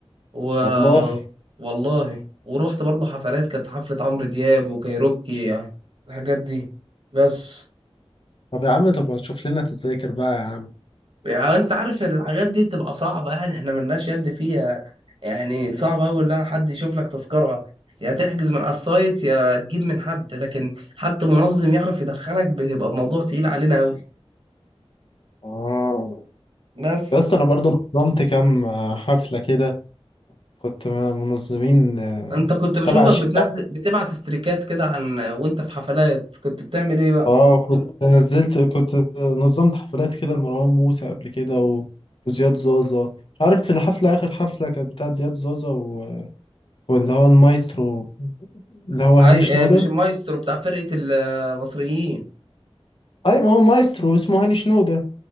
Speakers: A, on the right (about 55°); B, on the left (about 55°).
A: و
B: والله
A: والله ورحت برضه حفلات كانت حفلة عمرو دياب وكايروكي يعني الحاجات دي بس
B: طب يا عم طب ما تشوف لنا تتذاكر بقى يا عم
A: يعني انت عارف الحاجات دي بتبقى صعبة يعني احنا ملناش يد فيها يعني صعب اوي ان حد يشوف لك تذكرة يا تحجز من على السايت يا تجيب من حد لكن حتى منظم يعرف يدخلك بيبقى الموضوع تقيل علينا اوي
B: اه
A: بس
B: يا اسطى انا برضو نظمت كام آه، حفلة كده كنت منظمين آه،
A: انت كنت بشوفك
B: تبع ش...
A: بتنزل بتبعت استريكات كده عن وانت في حفلات كنت بتعمل ايه بقى
B: اه كنت نزلت كنت نظمت حفلات كده لمروان موسى قبل كده و... وزياد زازا مش عارف الحفلة آخر حفلة كانت بتاعت زياد زازا و... واللي هو المايسترو اللي هو هاني
A: اي
B: شنودة
A: اه، مش المايسترو بتاع فرقة المصريين
B: اي ما هو مايسترو اسمه هاني شنودة